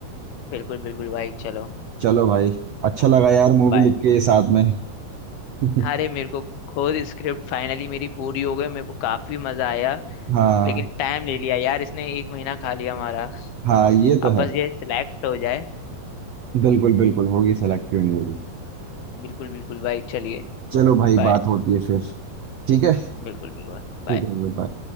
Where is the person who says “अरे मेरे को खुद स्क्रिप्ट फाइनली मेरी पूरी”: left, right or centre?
Left